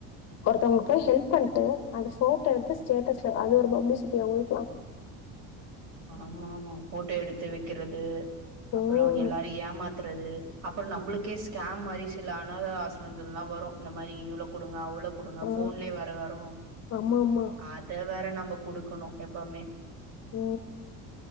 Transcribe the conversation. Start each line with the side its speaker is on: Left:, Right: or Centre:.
Left: ஒருத்தவங்கள்க்குப் போய் ஹெல்ப் பண்ட்டு அத ஃபோட்டோ எடுத்து ஸ்டேட்டஸ்ல அது ஒரு பப்ளிசிட்டி அவுங்களுக்லா
Right: ஆமாமா போட்டோ எடுத்து வெக்கிறது அப்றோ
Left: ம்.
Right: எல்லாரை ஏமாத்துறது அப்றோ நம்ளுக்கே ஸ்கேம் மாரி சில அனாத ஆஸ்மின்த்லருந்துலா வரு இந்த மாரி இவ்ளோ குடுங்க அவ்ளோ குடுங்க
Left: ஆ.
Right: ஃபோன்லயே வேற வரு
Left: ஆமாமா.
Right: அத வேற நம்ம குடுக்கணு எப்பவ்மே
Left: ஓ